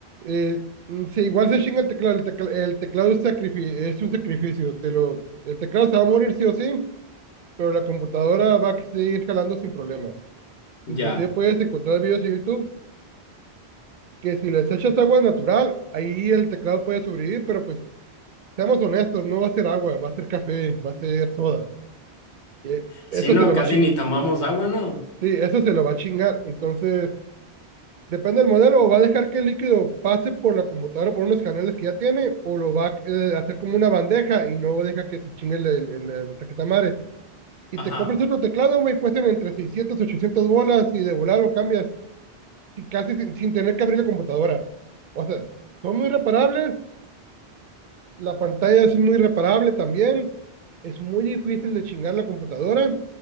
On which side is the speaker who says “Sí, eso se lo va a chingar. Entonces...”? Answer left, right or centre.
Right